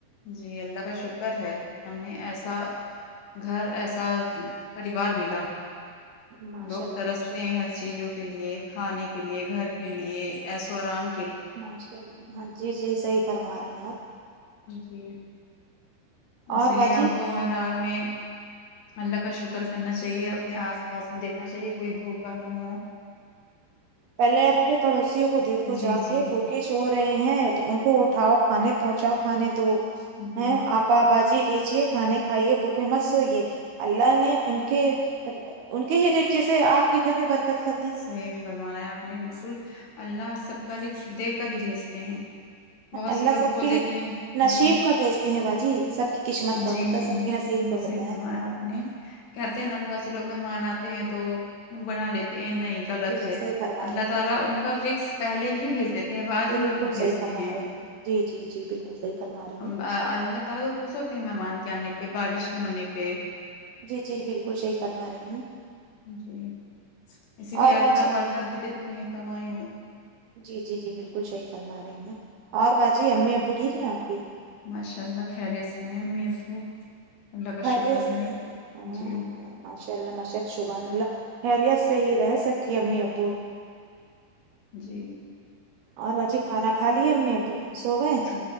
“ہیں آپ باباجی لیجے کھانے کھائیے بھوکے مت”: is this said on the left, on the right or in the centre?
Right